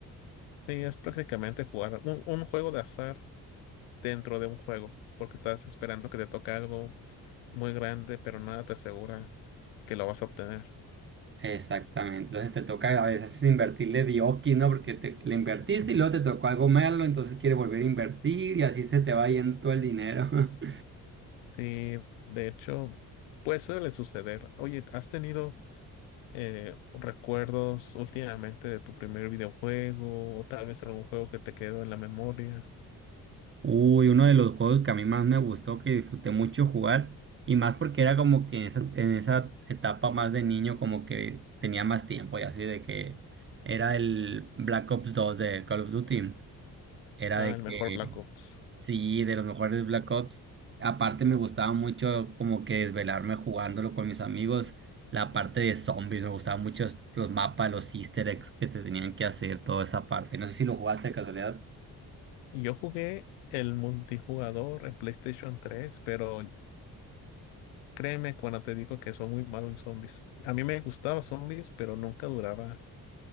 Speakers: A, on the left; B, on the right.
A: Sí, es prácticamente jugar un, un juego de azar dentro de un juego, porque estás esperando que te toque algo muy grande, pero nada te asegura que lo vas a obtener.
B: Exactamente, entonces te toca a veces invertirle dioki, ¿no? Porque te, le invertiste y luego te tocó algo malo, entonces quieres volver a invertir y así se te va yendo todo el dinero. <laughs>
A: Sí, de hecho, pues suele suceder. Oye, ¿has tenido eh, recuerdos últimamente de tu primer videojuego o tal vez algún juego que te quedó en la memoria?
B: Uy, uno de los juegos que a mí más me gustó, que disfruté mucho jugar, y más porque era como que en esa, en esa etapa más de niño, como que tenía más tiempo y así, de que era el Black Ops dos de Call of Duty. Era
A: Ah,
B: de
A: el mejor
B: que,
A: Black Ops.
B: sí, de los mejores Black Ops. Aparte me gustaba mucho como que desvelarme jugándolo con mis amigos, la parte de zombies, me gustaban mucho los mapas, los easter eggs que se tenían que hacer, toda esa parte. No sé si lo jugaste de casualidad.
A: Yo jugué el multijugador en PlayStation tres, pero Créeme cuando te digo que soy muy malo en zombies. A mí me gustaba zombies, pero nunca duraba